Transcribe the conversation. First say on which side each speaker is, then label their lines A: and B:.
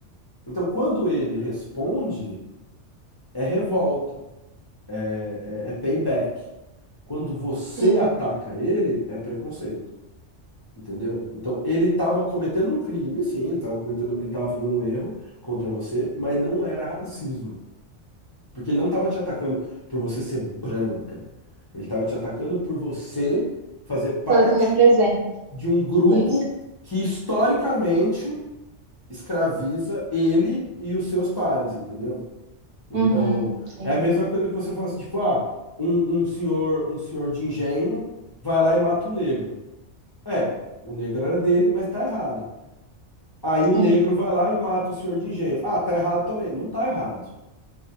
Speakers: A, on the left (about 35°); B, on the right (about 65°).
A: Então, quando ele responde, é revolta, é, é é payback. Quando você
B: Sim.
A: ataca ele, é preconceito. Entendeu? Então, ele estava cometendo um crime, sim, ele estava cometendo, ele estava fazendo um erro contra você, mas não era racismo. Porque ele não estava te atacando por você ser branca. Ele estava te atacando por você fazer parte
B: Pelo que eu represento.
A: de um grupo
B: Tipo isso.
A: que historicamente escraviza ele e os seus pares, entendeu? Então,
B: Uhum. Sim.
A: é a mesma coisa que você fala assim, tipo, ah, um, um senhor, um senhor de engenho vai lá e mata um negro. É, o negro era dele, mas tá errado. Aí o
B: Sim.
A: negro vai lá e mata o senhor de engenho. Ah, tá errado também. Não tá errado.